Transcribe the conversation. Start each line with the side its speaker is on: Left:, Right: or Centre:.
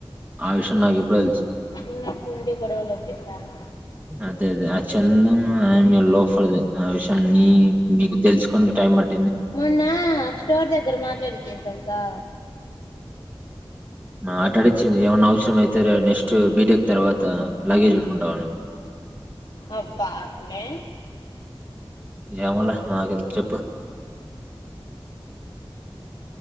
Right: ఆ విషయం నాకు ఎప్పుడొ తెలుసు
Left: ఉన్నట్టుండి గొడవలు వచ్చేసారు
Right: అదే అదే ఆ చెందం ఆయ లోపలిద ఆ విషయం నీ మీకు తెలుసుకొని టైం పడ్
Left: మొన్న స్టోర్ దగ్గర మాట్లాడిచ్చే తల్ ఆ
Right: ఆట ఆడిచ్చింది ఏమన్నా అవసరం అయితే రె నెక్స్ట్ బీటెక్ తర్వాత లగేజ్ పెట్టుకుంటావని
Left: అబ్బా అట్లే
Right: ఏమొలె నాకెం చెప్పు ఆ